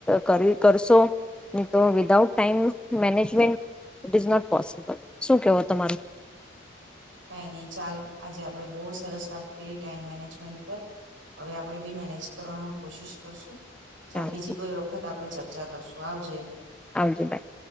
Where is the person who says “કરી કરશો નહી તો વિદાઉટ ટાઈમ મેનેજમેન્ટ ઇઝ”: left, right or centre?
Centre